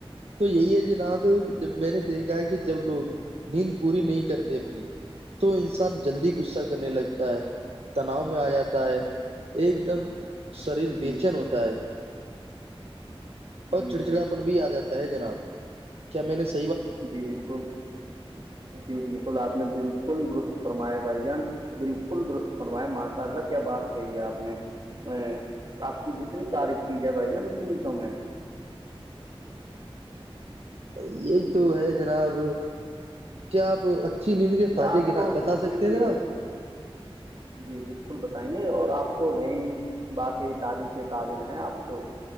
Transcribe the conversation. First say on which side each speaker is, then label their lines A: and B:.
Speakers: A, on the right; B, on the right.
A: تو یہی ہے جناب جب میں نے دیکھا ہے کہ جب لوگ نیند پوری نہیں کرتے اپنی تو انسان جلدی غصہ کرنے لگتا ہے تناؤ میں آ جاتا ہے ایک دم شریر
B: جی
A: بےچن ہوتا ہے اور
B: جی
A: چڑچڑاپن
B: جی
A: بھی آ جاتا ہے جناب کیا میں نے س
B: جی بالکل جی بالکل آپ نے بالکل ل درست فرمایا بھائی جان بالکل درست فرماائے ماشاء اللہ کیا بات کہی ہے آپ نے ا آپ کی جتنی تاریخ کی جائے بھائی جان اتنی کم ہے
A: نہیں یہ تو ہے جناب کیا آپ اچھی نیند کے فائدے
B: آپ تو
A: بتا سکتے
B: دیکھیے
A: ہیں جناب
B: جی بالکل بتا ئیں گے اور آپ تو ہیں ہی باقی تاریخ کے قابل ہیں اب تو